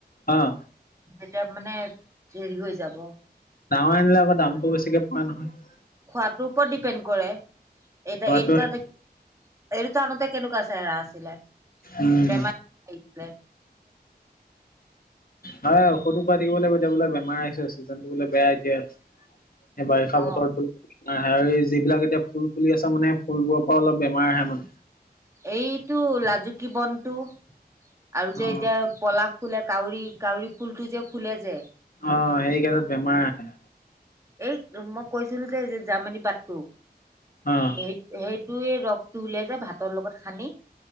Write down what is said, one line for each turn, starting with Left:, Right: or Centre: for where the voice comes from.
Left: অ'।
Right: এতিয়া মানে হেৰি হৈ যাব।
Left: ডাঙৰ আনিলে আকৌ দামটো বেছিকে পৰে নহয়।
Right: খোৱাটোৰ ওপৰত ডিপেণ্ড কৰে। এটা
Left: পৰাটোৱে
Right: এই দুটা যে--এই দুটা আনোতে কেনেকুৱাছে? চেৰা আছিলে
Left: উম
Right: বেমাৰি <inaudible>
Left: হয় ঔষধো খাই থাকিব লাগিব এতিয়া বোলে বেমাৰ আহিছে চিজন টো বোলে বেয়া এতিয়া। এই বাৰিষা বতৰত
Right: অ
Left: হেৰি যিবিলাক এতিয়া ফুল-ফুলি আছে মানে ফুলবোৰৰ পৰা অলপ বেমাৰ আহে মানে।
Right: এইটো লাজুকী বনটো আৰু
Left: অ
Right: যে এতিয়া পলাশ খুল কাউৰী-কাউৰী ফুলটো যে ফুলে যে?
Left: অ', সেইকেইটত বেমাৰ আহে।
Right: এই মই কৈছিলো যে-যে জাৰ্মী পাতটো?
Left: অ
Right: সেই-সেই তয়ে ৰসটো উলিয়াই যা ভাতৰ লগত খানী?